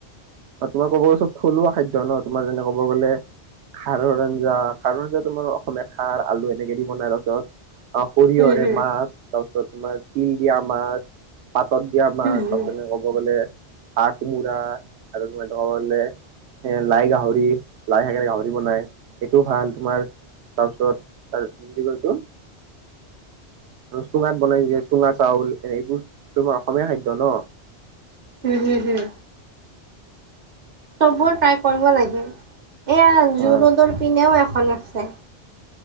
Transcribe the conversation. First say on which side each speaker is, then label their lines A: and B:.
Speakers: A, on the right; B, on the right.
A: তোমাৰ কব গ'লে চব থলুৱা খাদ্য ন, তোমাৰ যেনে ক'ব গ'লে খাৰৰ আঞ্জা, খাৰৰ আঞ্জা তোমাৰ অসমীয়া খাৰ আলু এনেকে দি বনাই তাৰপিছত অ' সৰিয়হৰে
B: হম, হম,
A: মাছ তাৰ তোমাৰ তিল দিয়া মাছ । পাতত দিয়া মাচ
B: হম, হম,
A: আছে কব গ'লে হাঁহ, কোমোৰা আৰু তোমাৰ ক'ব গলে এ লাই গাহৰি, লাই শাকেৰে গাহৰি বনাই সেইটো ভাল তোমাৰ তাৰপিছত তাৰ কি কৈছো চুঙাত বনাই যে চুঙা চাউল এনে এইবোৰ তোমাৰ অসমীয়া খাদ্য ন।
B: হুম হুম হুম। চববোৰ ট্ৰাই কৰিব লাগে। এইয়া
A: অ',
B: যো ৰোডৰ পিনেও এখ ন আছে।